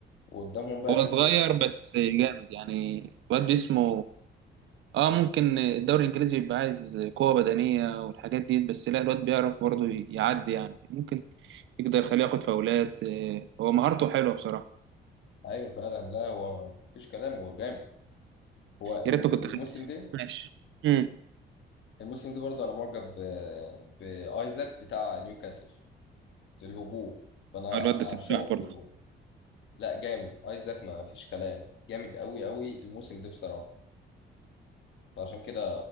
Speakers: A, on the left; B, on the right.
A: وقدامهم بقى
B: هو
A: مين
B: صغير بس جامد يعني الواد اسمه اه ممكن الدوري الانجليزي بيبقى عايز قوه بدنيه والحاجات دي بس لا الواد بيعرف برضه يعدي يعني ممكن يقدر يخليه ياخد فاولات آه، هو مهارته حلوه بصراحه
A: ايوه فعلا لا هو مفيش كلام هو جامد هو الم-
B: يا ريتني كنت
A: والموسم
B: خدت
A: ده
B: ماشي امم
A: الموسم ده برضه انا معجب ب- بايزاك بتاع نيوكاسل في الهجوم فانا
B: الواد ده
A: هرشقه
B: سفاح برضه
A: في الهجوم لا جامد ايزاك ما فيش كلام جامد قوي قوي الموسم ده بصراحه فعشان كده